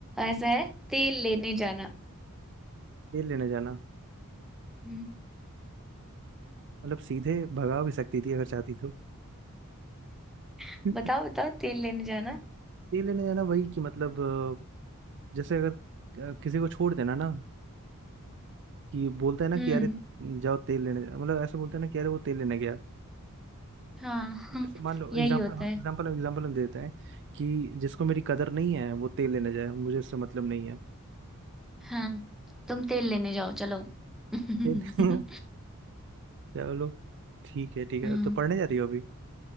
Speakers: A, in the centre; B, on the right.
A: ऐसा है तेल लेने जाना
B: तेल लेने जाना
A: हम्म।
B: मतलब सीधे भगा भी सकती थी अगर चाहती तो
A: <laughs>
B: <laughs>
A: बताओ बताओ तेल लेने जाना
B: तेल लेने जाना वही कि मतलब अ, जैसे अगर अ, किसी को छोड़ देना ना कि बोलता है ना
A: हम्म
B: कि अरे जाओ तेल लेने जा- मतलब ऐसा बोलता है ना कि अरे वो तेल लेने गया
A: हाँ <laughs> हाँ,
B: जैसे मान लो
A: यही
B: एग्जाम्पल
A: होता है
B: एग्जाम्पल एग्जाम्पल हम देते हैं कि जिसको मेरी कदर नहीं है वो तेल लेने जाए मुझे इससे मतलब नहीं है
A: हाँ तुम तेल लेने जाओ चलो <laughs> हम्म
B: तेल <laughs> चलो ठीक है ठीक
A: हम्म,
B: है तो पढ़ने जा रही हो अभी